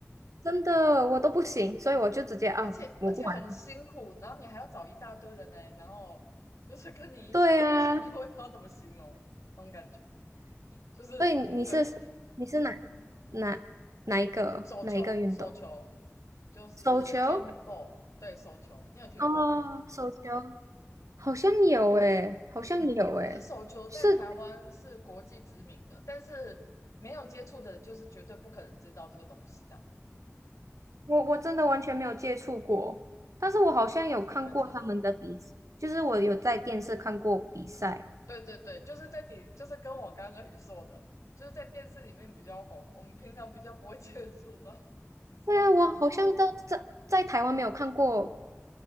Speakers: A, on the right (about 90°); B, on the left (about 80°).
A: 真的我都不行，所以我就直接啊，
B: 而且而且很辛苦，
A: 不我不玩了。
B: 然后你还要找一大堆人来，然后就是跟你一起欧青，
A: 对啊，
B: <laughs> 我也不知道怎么形容那种感觉，就是对
A: 所以你是你是哪哪哪一个哪一个运动？
B: 手球手球就是
A: 手球？
B: handball，对手球，你有听过吗？
A: 哦，手球好像有诶，
B: 没有。
A: 好像有诶，
B: 其实手球在台湾是国际知名的，
A: 就是
B: 但是没有接触的人就是绝对不可能知道这个东西的。
A: 我我真的完全没有接触过，但是我好像有看过他们的比，
B: 没关系，没关系。
A: 就是我有在电视看过比赛。
B: 对对对，就是在底，就是跟我刚刚跟你说的，就是在电视里面比较红，我们平常比较不会 <laughs> 接触到，<laughs> 你知道。
A: 对啊，我好像都在在台湾没有看过